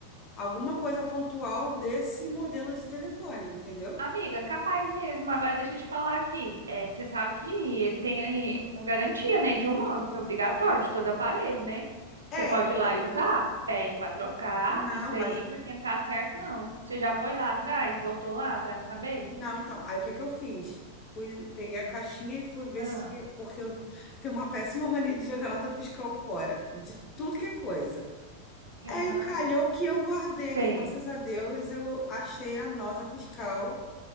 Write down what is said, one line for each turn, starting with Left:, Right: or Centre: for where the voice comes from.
Left: alguma coisa pontual desse modelo de telefone, entendeu?
Right: Amiga, capaz mesmo. Agora deixa eu te falar aqui. É, você sabe que ele tem aí uma garantia, né, de um ano, que é obrigatório de todo aparelho, né? Você pode
Left: É, então.
Right: ir lá e usar, pede pra trocar,
Left: Não,
Right: isso
Left: mas
Right: aí, porque não tá certo, não. Você já foi lá atrás, voltou lá pra saber?
Left: não, então. Aí o que é que eu fiz? Fui, peguei a caixinha e fui ver
Right: Não.
Left: se, porque eu tenho uma péssima mania de jogar nota fiscal fora, de tudo que é coisa.
Right: Aham.
Left: Aí calhou que eu guardei,
Right: Sei.
Left: graças a Deus, eu achei a nota fiscal